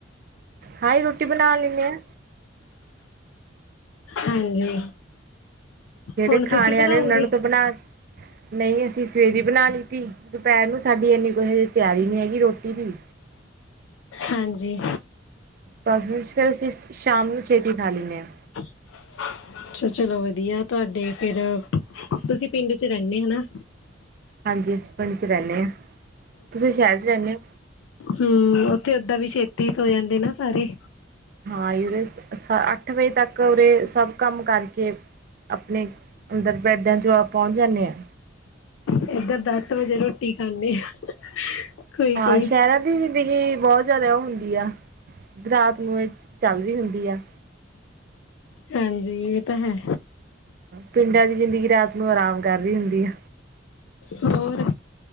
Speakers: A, on the right; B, on the left.
A: ਹਾਂਹੀ, ਰੋਟੀ ਬਣਾ ਲੈਂਦੇ ਹਾਂ।
B: ਹਾਂਜੀ।
A: ਜਿਹੜੇ
B: ਹੁਣ
A: ਖਾਣੇ
B: ਤੁਸੀਂ ਬਣਾਓਗੇ?
A: ਵਾਲੇ ਨੇ ਉਹਨਾਂ ਨੂੰ ਤਾਂ ਬਣਾ, ਨਹੀਂ ਅਸੀਂ ਸਵੇਵੀ ਬਣਾ ਲਿੱਤੀ। ਦੁਪਹਿਰ ਨੂੰ ਸਾਡੀ ਇੰਨੀ ਕੋਈ ਹ, ਤਿਆਰੀ ਨਹੀਂ ਹੈਗੀ ਰੋਟੀ ਦੀ।
B: ਹਾਂਜੀ।
A: ਬਸ ਫਿਰ, ਸ਼ਾਮ ਨੂੰ ਛੇਤੀ ਖਾ ਲੈਂਨੇਂ ਆ।
B: ਹ- ਅੱਛਾ ਚਲੋ ਵਧੀਆ ਤੁਹਾਡੇ ਫਿਰ, ਤੁਸੀਂ ਪਿੰਡ 'ਚ ਰਹਿੰਦੇ ਹਨਾ?
A: ਹਾਂਜੀ, ਅਸੀ ਪਿੰਡ 'ਚ ਰਹਿੰਦੇ ਹਾਂ। ਤੁਸੀਂ ਸ਼ਹਿਰ 'ਚ ਰਹਿੰਦੇ ਹੋ?
B: ਹਮ, ਉੱਥੇ ਓਦਾਂ ਵੀ ਛੇਤੀ ਸੋ ਜਾਂਦੇ ਨਾ ਸਾਰੇ।
A: ਹਾਂ, ਉਰੇ ਅੱਠ ਵਜੇ ਤੱਕ ਉਰੇ, ਸਭ ਕੰਮ ਕਰਕੇ ਆਪਣੇ ਅੰਦਰ, ਬੈਡਾਂ 'ਚ ਆਪ ਪਹੁੰਚ ਜਾਂਦੇ ਹਾਂ
B: ਏਧਰ, ਦਸ ਵਜੇ ਰੋਟੀ ਖਾਂਦੇ ਆ। ਕੋਈ-ਕੋਈ
A: ਹਾਂ ਸ਼ਹਿਰਾਂ ਦੀ ਜ਼ਿੰਦਗੀ, ਬਹੁਤ ਜ਼ਿਆਦਾ ਉਹ ਹੁੰਦੀ ਆ। ਰਾਤ ਨੂੰ ਇਹ ਚੱਲ ਰਹੀ ਹੁੰਦੀ ਆ।
B: ਹਾਂਜੀ, ਇਹ ਤਾਂ ਹੈ।
A: ਪਿੰਡਾਂ ਦੀ ਜ਼ਿੰਦਗੀ, ਰਾਤ ਨੂੰ ਆਰਾਮ ਕਰ ਰਹੀ ਹੁੰਦੀ ਆ।
B: ਹੋਰ